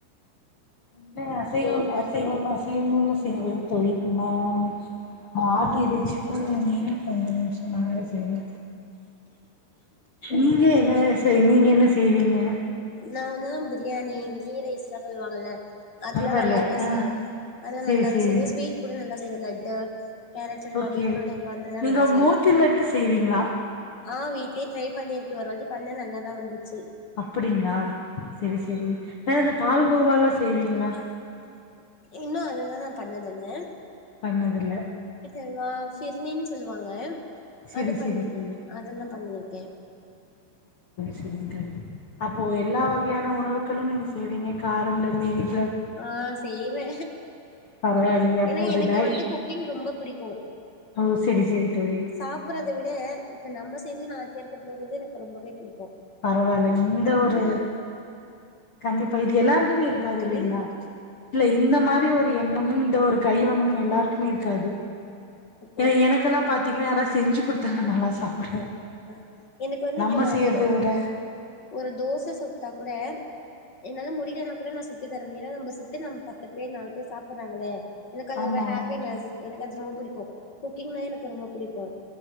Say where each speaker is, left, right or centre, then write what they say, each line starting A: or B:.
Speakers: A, on the left; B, on the left.
A: என்ன அசைவம் அசைவம் அசைவமுனு தேவையும் தோழி ம்மாம் ஆட்டு
B: ம்
A: இறைச்சி ஒன்னு வேணு ம் கொஞ்ச நிம்ஷ சுமாராதா செய்வே
B: ம்
A: நீங்க என்ன சேரி நீங்க என்ன செய்வீங்க
B: நா வந்து பிரியாணி கீ ரைஸ் லா சொல்வாங்கல்ல அதுலா
A: பரவால்ல
B: நல்லாவே
A: ஆ
B: செய்வே அதலா
A: சேரி
B: நல்லாவே
A: சேரி
B: செய்வே ஸ்வீட் கூட நல்லா செய்வே laddu carrot halwa
A: okay
B: beetroot halwa அந்தல்லா
A: நீங்க
B: நல்லா செய்வே
A: மோத்தி லட்டு செய்வீங்களா
B: ஆ வீட்லே ட்ரை பண்ணிருக்கே ஒரு வாட்டி பண்ண நல்லாதா வந்துச்சி
A: அப்டிங்ளா செரி செரி வேற இந்த பால்கோவால்லா செய்வீங்களா
B: இன்னு அதெல்லா நா பண்ணதில்ல
A: பண்ணதில்ல
B: ல்வா ஃபிர்னின் சொல்லுவாங்க
A: செரி
B: அது பண்ணி
A: செரி தோழி
B: அதெல்லா பண்ணிருக்கே
A: சேரிங் தோழி அப்போ எல்லா வகையான உணவு க்களு நீங்க செய்வீங்க காரம்லந்து இனிப்
B: ஆ செய்வே
A: பரவாயில்லையே அப்போ
B: ஏன்னா
A: ஒரு
B: எனக்கு
A: பேக்
B: வந்து குக்கிங் ரொம்ப புடிக்கும்
A: ஓ செரி செரி தோழி
B: சாப்புட்றத விட இப்ப நம்ப செஞ்சி நாலு பேருக்கு போட்றது எனக்கு ரொம்பவே புடிக்கும்
A: பரவால்லங் இந்த ஒரு கண்டிப்பா இப் எல்லாருக்குமே இருக்காது
B: என்ன தோழி
A: இல்லைங்ளா இல்ல இந்த மாரி ஒரு எண்ணமு இந்த ஒரு கைவண்ணமு எல்லாருக்குமே இருக் காது
B: அப்டியா
A: ஏனா எனக்கெல்லா பாத்தீங்ன்னா யாராசி செஞ்சி குடுத்தாதா நல்ல சாப்டுவே
B: அ எனக்கு வந்து
A: நம்ம
B: இப்ப நா
A: செய்யறத
B: ஒரு
A: விட
B: ஒரு தோச சுட்டா கூட என்னால முடிலன்னா கூட நா சுட்டு தருவே ஏன்னா நம்ம சுட்டு நம்ம பத்து பேர் நாலு பேர் சாப்டுறாங்களே எனக் அது
A: ஆமா
B: ஒரு
A: ஆமா
B: ஹப்பினஸ் எனக்கு அத் ரொம் புடிக் குக்கிங்னா எனக்கு ரொம்ப புடிக்கும்.